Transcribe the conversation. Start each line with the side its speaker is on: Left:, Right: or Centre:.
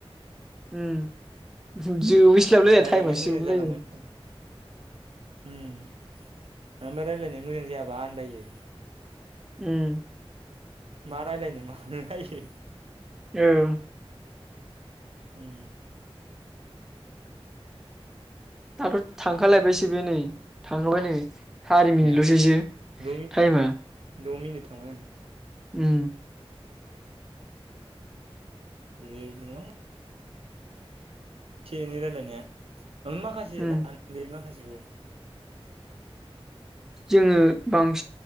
Centre: ओम ज <unintelligible> <unintelligible> थाइमासो
Right: रायलायनाया मोजां
Centre: जोबलाय
Right: जालांबानो
Centre: लायो।
Right: थां उम, <unintelligible> मा रायलायनाय मोजां जायाबा आन्दायो।
Centre: उम
Right: मा रायलायनो मानो फायखो
Centre: औ
Right: उम
Centre: आथ' थांखालायबायसो बे नै थाङोबा नै सारि मिनिट
Right: माया
Centre: ल'सैसो
Right: द' मिनिट
Centre: टाइमा
Right: द' मिनिट थांबाय आं
Centre: उम
Right: जेबो नङा। से एनै रायलायनाया ओं माखासे
Centre: उम
Right: <unintelligible> लै माखासे जु
Centre: जोङो बांस